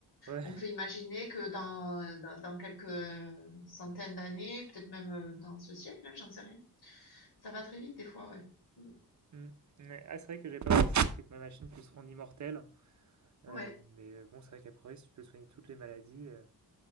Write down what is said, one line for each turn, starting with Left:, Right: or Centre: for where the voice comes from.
Right: Ouais.
Left: on
Right: <laughs>
Left: peut imaginer que dans dans, dans quelques euh, centaines d'années, peut-être même euh, dans ce siècle, hein, j'en sais rien. Ça va très vite des fois, ouais. Mm,
Right: Mm. Ouais. Ah, c'est vrai que j'avais pas pensé au fait que ma machine puisse rendre immortel. Euh,
Left: Ouais.
Right: mais euh, bon, c'est vrai qu'après, si tu peux soigner toutes les maladies. euh,